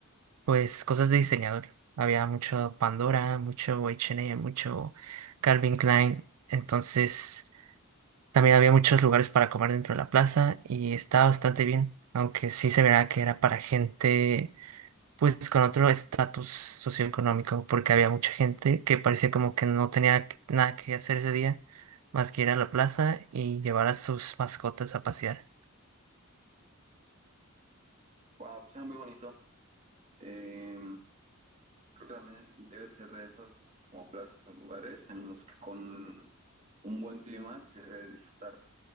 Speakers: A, on the right; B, on the right.
A: pues cosas de diseñador. Había mucho Pandora, mucho H&M, mucho Calvin Klein. Entonces, también había muchos lugares para comer dentro de la plaza y estaba bastante bien, aunque sí se verá que era para gente pues con otro estatus socioeconómico, porque había mucha gente que parecía como que no tenía nada que hacer ese día, más que ir a la plaza y llevar a sus mascotas a pasear.
B: Wow, suena muy bonito. Eh, creo que también debe ser de esas como plazas o lugares en los que con un buen clima se debe disfrutar